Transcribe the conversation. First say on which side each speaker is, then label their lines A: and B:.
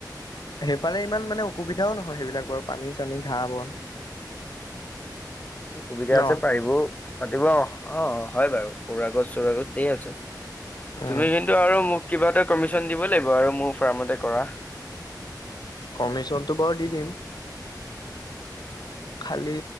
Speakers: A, on the left; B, on the left.
A: সেইফালে ইমান মানে অসুবিধাও নহয়, সেইবিলাক বাৰু পানী চানী, ঘাঁহ বন।
B: সুবিধা
A: ন
B: আছে পাৰিব। পাতিব অ' হয় বাৰু কৰা গছ চৰা গছ আছে
A: উম
B: তুমি যুন টো আৰু মোক কিবা এটা কমিচন দিব লাগিব আৰু মোৰ ফাৰ্মতে কৰা।
A: কমিচনটো বাৰু দি দিম।
B: <inaudible>
A: খালী